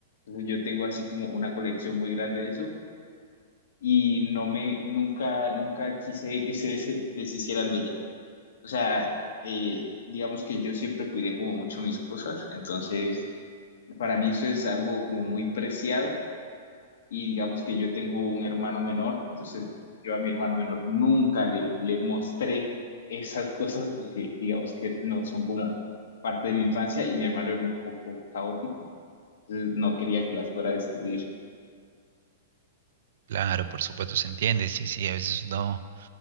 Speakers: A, on the left; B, on the right.
A: entonces yo tengo así como una colección muy grande de eso y no me, nunca, nunca quise que se se deshicieran de ella. O sea, eh, digamos que yo siempre cuidé como mucho mis cosas, entonces Para mí eso es algo como muy preciado y digamos que yo tengo un hermano menor, entonces yo a mi hermano menor nunca le, le mostré esas cosas porque digamos que no son como parte de mi infancia y mi hermano era un poco caótico, entonces no quería que las fuera a destruir,
B: Claro, por supuesto, se entiende, sí, sí, a veces no.